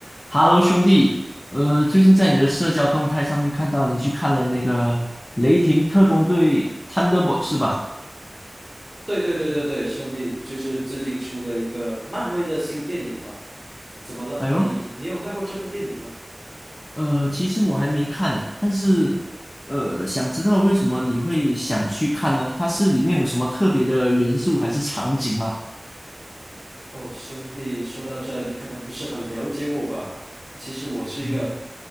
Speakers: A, on the left (about 40°); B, on the right (about 30°).
A: Hello，兄弟，呃，最近在你的社交动态上面看到你去看了那个《雷霆特工队 Thunderbolt》是吧？
B: 对对对对对，兄弟，就是最近出的一个漫威的新电影嘛？怎么了？
A: 哎呦，
B: 你你有看过这部电影吗？
A: 呃，其实我还没看诶，但是呃，想知道为什么你会想去看呢？它是里面有什么特别的元素还是场景吗？
B: 哦，兄弟，说到这，你可能不是很了解我吧？其实我是一个
A: 嗯，